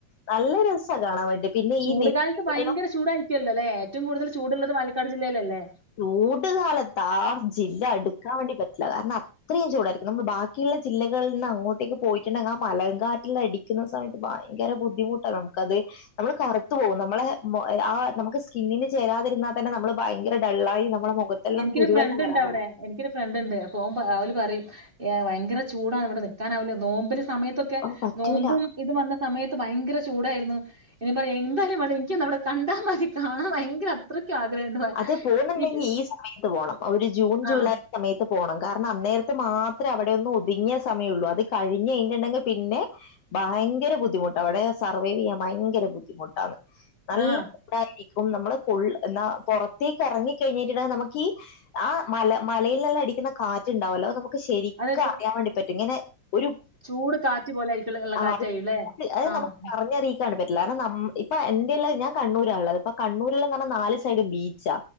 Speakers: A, on the left; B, on the right.
A: നല്ലൊരു രസ കാണാൻ വേണ്ടി പിന്നെ
B: ചൂട്
A: ഈ നെല്ലിക്കെല്ലാം
B: കാലത്ത് ഭയങ്കര ചൂടായിരിക്കുവല്ലോല്ലേ ഏറ്റവും കൂടുതൽ ചൂടുള്ളത് പാലക്കാട് ജില്ലയിലല്ലേ
A: ചൂട്കാലത്ത് ആ ജില്ല അടുക്കാൻ വേണ്ടി പറ്റില്ല കാരണം അത്രയും ചൂടായിരിക്കും നമ്മൾ ബാക്കി ബാക്കിയുള്ള ജില്ലകളിൽ നിന്ന് അങ്ങോട്ടേക്ക് പോയിട്ടുണ്ടെങ്കിൽ ആ മലങ്കാറ്റിൽ നിന്ന് അടിക്കുന്ന സമയത്ത് ഭയങ്കര ബുദ്ധിമുട്ടാണ് നമുക്ക് ക്കത്‌നമ്മൾ കറുത്തു പോകും നമ്മളെ ആ നമുക്ക് സ്കിന്നിന് ചേരാതിരുന്നാൽ തന്നെ നമ്മൾ ഭയങ്കര വെള്ളായി നമ്മുടെ മുഖത്തെല്ലാം
B: എനിക്കൊരു
A: കുരുവെല്ലാം
B: ഫ്രണ്ട്
A: വരാൻ
B: ഉണ്ട്
A: തു -
B: അവിടെ എനിക്കൊരു ഫ്രണ്ട് ഉണ്ട് അ ഓമ്പ അവള് പറയും ഭയങ്കര ചൂടാണ് ഇവിടെ നിക്കാൻ ആ വില്ല നോമ്പില് സമയത്തൊക്കെ
A: ഓ പറ്റൂല
B: നോമ്പും ഇത് വന്ന സമയത്ത് ഭയ ഭയങ്കര ചൂടായിരുന്നു എ പറയും എന്തായാലും വേണം എനിക്കന്ന് അവിടെ കണ്ടാൽ മതി കാണാൻ ഭയങ്കര അത്ര ആഗ്രഹണ്ട്
A: അത് പോകുന്നുണ്ടെങ്കിൽ
B: <unintelligible>
A: ഈ സമയത്ത് പോണം ഒരു ജൂൺ ജൂലൈ
B: ആഹ്
A: സമയത്ത് ത്ത് പോണം കാരണം അന്നേരത്ത് മാത്രം അവിടെ ഒന്ന് ഒതുങ്ങിയ സമയുള്ളൂ അത് കഴിഞ് കഴിഞ്ഞിട്ടുണ്ടെങ്കിൽ പിന്നെ ഭയങ്കര ബുദ്ധിമുട്ടാണ് അവിടെ സർവൈവ് ചെയ്യാൻ ഭയങ്കര ബുദ്ധിമുട്ടാണ് നല്ല
B: ആഹ്
A: ചൂടായിരിക്കും നമ്മള് പൊള്ളുന്ന പുറത്തേക്ക് ഇറങ്ങി കഴിഞ്ഞിട്ടുണ്ടെങ്കിൽ നമുക്ക് ഈ ആ മല മലയിൽ നിന്ന് അടിക്കുന്ന കാറ്റുണ്ടാവല്ലോ നമുക്ക് ശരിക്കും
B: അത്
A: അറിയാൻ വേണ്ടി പറ്റും ഇങ്ങനെ ഒരു
B: ചൂട് കാറ്റ് പോലെ ആയിരിക്കും ഉള്ള
A: ആ
B: കാറ്റായിരിക്കും
A: അത്
B: ല്ലേ? ആഹ്
A: നമുക്ക് പറഞ്ഞറി ക്കാൻപറ്റില്ല കാരണം ഇപ്പൊ എന്റെയല്ല ഞാൻ കണ്ണൂരാ ഉള്ളത് ഇപ്പൊ കണ്ണൂരില്ലന്ന് പറഞ്ഞാ നാല് സൈഡും ബീച്ചാ